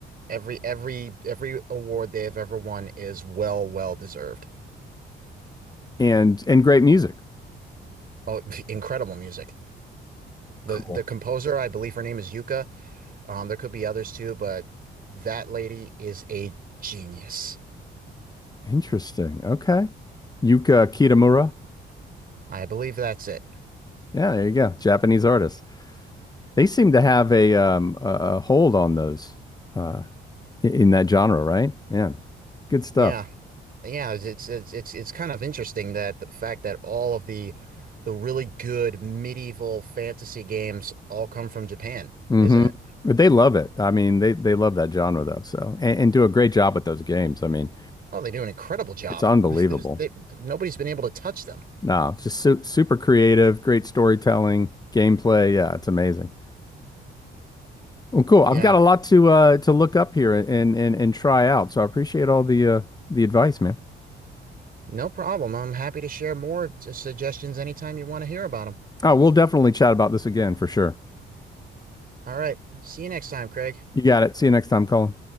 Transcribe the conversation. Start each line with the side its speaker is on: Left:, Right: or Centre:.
Right: Every every every award they have ever won is well well deserved.
Left: And and great music.
Right: Oh, <laughs> incredible music. The
Left: Cool.
Right: the composer, I believe her name is Yuka. Um, there could be others too, but that lady is a genius.
Left: Interesting. Okay. Yuka Kitamura.
Right: I believe that's it.
Left: Yeah, there you go. Japanese artist. They seem to have a um a, a hold on those uh i- in that genre, right? Man, good stuff.
Right: Yeah, yeah. It's it's it's it's, kind of interesting that the fact that all of the the really good medieval fantasy games all come from Japan,
Left: hmm
Right: isn't it?
Left: But they love it. I mean, they they love that genre though. So and, and do a great job with those games. I mean,
Right: Oh, they do an incredible job.
Left: it's unbelievable.
Right: <laughs> There's, they, nobody's been able to touch them.
Left: No, it's just su super creative, great storytelling, gameplay. Yeah, it's amazing. Well, cool. I've
Right: Yeah,
Left: got a lot to uh to look up here and and and try out. So I appreciate all the uh the advice, man.
Right: no problem. I'm happy to share more suggestions anytime you want to hear about them.
Left: Oh, we'll definitely chat about this again for sure.
Right: All right. See you next time, Craig.
Left: You got it. See you next time, Colin.